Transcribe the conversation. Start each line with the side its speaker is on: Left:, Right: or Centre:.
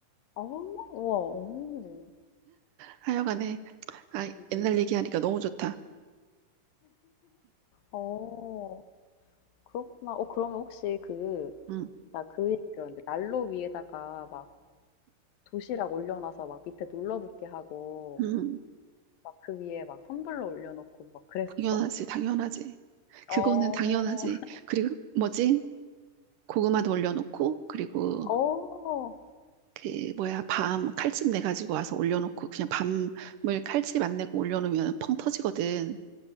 Left: 어 우와. 어.
Right: 하여간에 아
Left: 음음.
Right: 옛날 얘기하니까 너무 좋다.
Left: 어. 그렇구나. 어 그러면 혹시 그
Right: 응.
Left: 나 그 얘기 들었는데 난로 위에다가 막 도시락 올려놔서 막 밑에 눌러붙게 하고
Right: 음,
Left: 막 그 위에 막 텀블러 올려놓고 막 그랬었어?
Right: 당연하지, 당연하지. 그거는
Left: 어.
Right: 당연하지. 그리고 뭐지? 고구마도 올려놓고, 그리고
Left: 어.
Right: 그 뭐야, 밤 칼집 내 가지고 와서 올려놓고, 그냥 밤을 칼집 안 내고 올려놓으면 펑 터지거든.